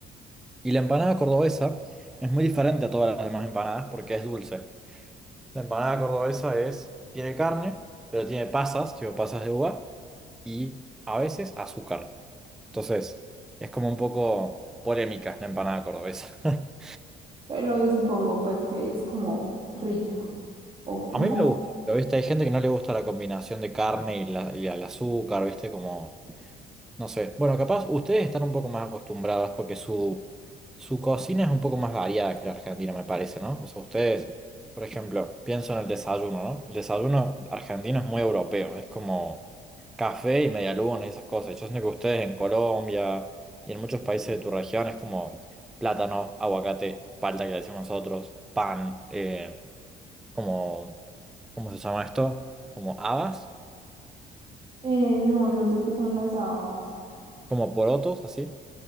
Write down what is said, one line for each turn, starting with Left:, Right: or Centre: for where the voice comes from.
Centre: Y la empanada cordobesa es muy diferente a todas las demás empanadas porque es dulce. La empanada cordobesa es, tiene carne, pero tiene pasas, tipo pasas de uva, y a veces azúcar. Entonces, es como un poco polémica la empanada cordobesa. <laughs>
Right: Pero supongo pues que es como rica. O que-
Centre: A
Right: no,
Centre: mí me gusta, pero viste, hay gente que no le gusta la combinación de carne y, la, y el azúcar, viste, como... No sé. Bueno, capaz ustedes están un poco más acostumbradas porque su, su cocina es un poco más variada que la Argentina, me parece, ¿no? O sea, ustedes, por ejemplo, pienso en el desayuno, ¿no? El desayuno argentino es muy europeo, es como café y medialunas y esas cosas. Yo siento que ustedes en Colombia y en muchos países de tu región es como plátano, aguacate, palta que le decimos nosotros, pan, eh, como, ¿cómo se llama esto? Como habas,
Right: eh, no, no sé qué son las habas.
Centre: como porotos, así.